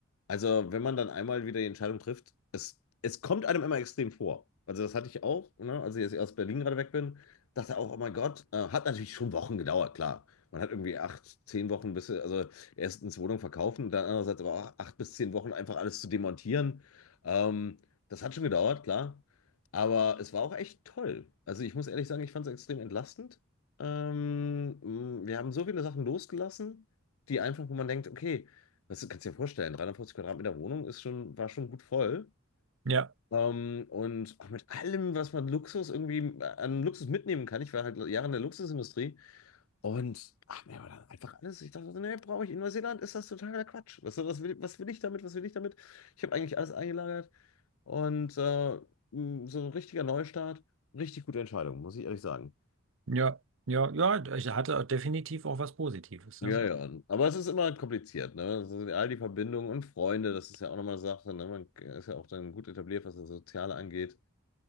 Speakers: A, on the left (about 80°); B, on the right (about 65°).
A: Also, wenn man dann einmal wieder die Entscheidung trifft, es, es kommt einem immer extrem vor. Also, das hatte ich auch, ne? Als ich jetzt aus Berlin gerade weg bin, dachte auch, oh mein Gott, äh, hat natürlich schon Wochen gedauert, klar. Man hat irgendwie acht, zehn Wochen, bis, also erstens Wohnung verkaufen, dann andererseits aber auch acht bis zehn Wochen einfach alles zu demontieren. Ähm, das hat schon gedauert, klar. Aber es war auch echt toll. Also, ich muss ehrlich sagen, ich fand es extrem entlastend. Ähm, wir haben so viele Sachen losgelassen, die einfach, wo man denkt, okay, das kannst du dir vorstellen, 350 Quadratmeter Wohnung ist schon, war schon gut voll.
B: ja,
A: Ähm, und auch mit allem, was man Luxus irgendwie äh, an Luxus mitnehmen kann. Ich war halt Jahre in der Luxusindustrie und ach, mir war dann einfach alles. Ich dachte, so, nee, brauche ich in Neuseeland, ist das totaler Quatsch. Was, was will, was will ich damit? Was will ich damit? Ich habe eigentlich alles eingelagert und äh, mh, so ein richtiger Neustart, richtig gute Entscheidung, muss ich ehrlich sagen.
B: ja, ja, ja. Ich hatte definitiv auch was Positives.
A: Ja,
B: Ja.
A: ja. Aber es ist immer kompliziert, ne? Das all die Verbindungen und Freunde, das ist ja auch nochmal eine Sache, ne? Man ist ja auch dann gut etabliert, was das Soziale angeht.